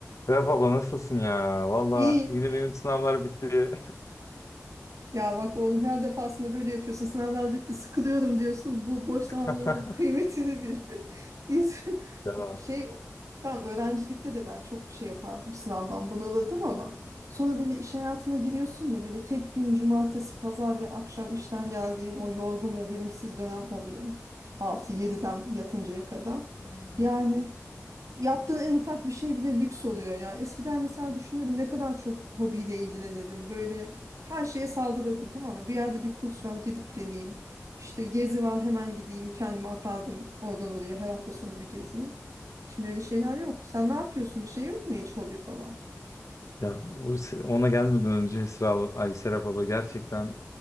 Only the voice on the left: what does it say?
Serap abla nasılsın ya? Valla
yine benim sınavlar bitti.
<laughs>
Ya.
hmm,
Ya o, se- ona gelmeden önce Esra abla, ay Serap abla gerçekten